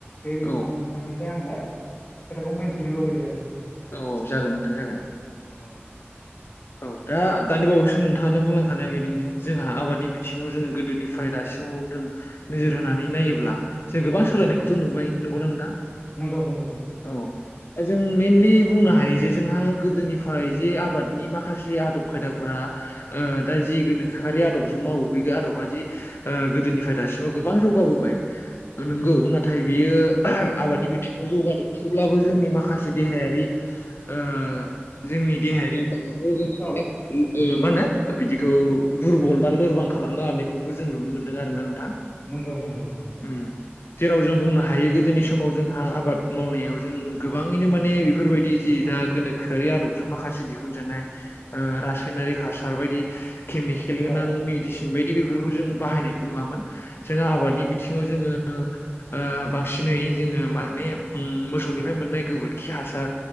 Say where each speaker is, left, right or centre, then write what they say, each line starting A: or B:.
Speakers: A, on the left; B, on the left.
A: बे
B: औ
A: बिथिङाव नोंथांनिफ्राय आङो। खोथाखौ मोनथिनो लुबैबाय आरो।
B: औ औ जागोन नोंथां जागोन
A: औ
B: औ दा दानि बावैसो नोंथाङा बुंलांखानाय बायदिनो जोंहा आबादनि बिथिङाव जोङो गोदोनि ओमफाय दासिमाव जों नोजोर होनानै नायोब्ला जों गोबां
A: औ
B: सोलायनायखौथ' नुबाय नंगौना नोंथां।
A: नंगौ नंगौ नंगौ
B: औ जों मेइनलि बुंनो हायो जे जोंहा गोदोनिफ्राय जे आबाद नि माखासे आदब खायदाफोरा दा ओ जि गोनोखोआरि आदबजों मावो बे आदबा जि ओ गोदोनिफ्राय दासिमाव गोबां जौगाबोबाय। नंगौ नाथाय बियो आबादनि बिथिङाव जौगादों थेवब्लाबो जोंनि माखासे देहायारि ओ जोंनि देहायारि माबाखौ <unintelligible>
A: औ
B: ओ मा होनो बिदिखौ दुरबल बा लोरबां खालामनो हानायखौबो जों नुनो मोनदों आरो ना नोंथां।
A: नंगौ नंगौ नंगौ।
B: ओम। जेराव जों बुंनो हायो गोदोनि समाव जोंहा आबाद मावनायाव जों गोबाङैनो माने बेफोरबायदि जि दा गोनोखोआरि आदबजों माखासे दिहुन जानाय ओ रायनारि हासार बायदि केमिकेल गोनां
A: औ
B: मेदिसिन बायदि बेफोरखौ जों बाहायनायखौ नुवामोन जोंहा आबादनि
A: औ
B: बिथिङाव जोंङो ओ बांसिनै जोङो माने मोसौनिफ्राय मोननाय गोबोरखि हासार